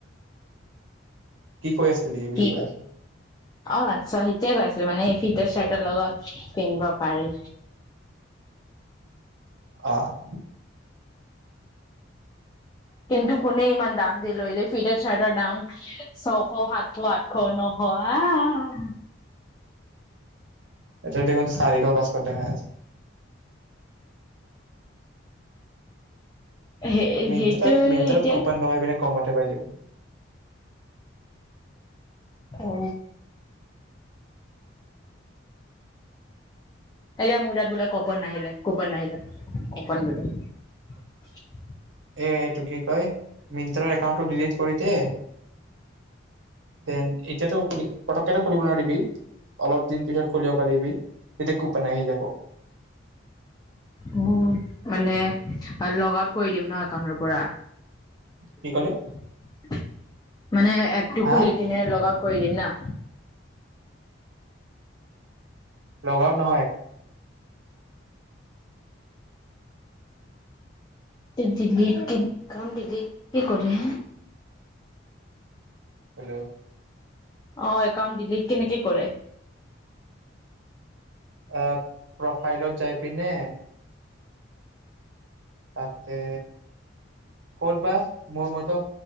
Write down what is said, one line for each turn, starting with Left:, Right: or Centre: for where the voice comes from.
Right: কি কৈ আছ? বুলি
Left: কি
Right: কৈ
Left: ক
Right: আছো।
Left: অ চ সেইতোয়ে কৈ আছিলো মানে ফিটেত চাৰ্টৰ লগত পিন্ধিব পাৰি।
Right: অহ ',
Left: কিন্তু কোনে ইমান দাম দি ললে ফিটাৰ চাৰ্টৰ দাম ছশ সাতশ আঠশ নশ আহ
Right: এটো দেখোন চাৰিগাও পাছশ দেখাই <unintelligible>
Left: সেই
Right: মিন্তট্ৰাত
Left: সেইটো
Right: মিন্ত্ৰাত
Left: এতিয়া
Right: কুপান লগাই পিনে কমতে পাই যাবি।
Left: ঔ, এতিয়া মুৰতাত বোলে কপন নাহিল- কোপন নাহিল কপন বুলিলে <unintelligible>
Right: এটো কি কয়। মিন্ত্ৰা একাউণ্ট ডিলিট কৰি দে দেন এতিয়াতো পতককে খুলিব নোৱাৰিবি অলপ দিন পিছত খুলিব পাৰিবি <unintelligible> এতিয়া কুপান আহি যাব।
Left: উম, মানে লগ আউট কৰি দিম ন। দুকানৰ পৰা।
Right: কি ক'লে
Left: <inaudible> মানে এপটো
Right: হা
Left: খুলি কিনে লগ আউট। কৰি দিম না।
Right: লগআউট নহয়।
Left: ডিলিট কি কাম ডিলিট কি কৰে?
Right: হেল্ল'
Left: অ' একাউণ্ট ডিলিট কেনেকে কৰে।
Right: অ'হ প্ৰফাইলত যায় পিনে তাতে ক'ত বা মোৰ মতে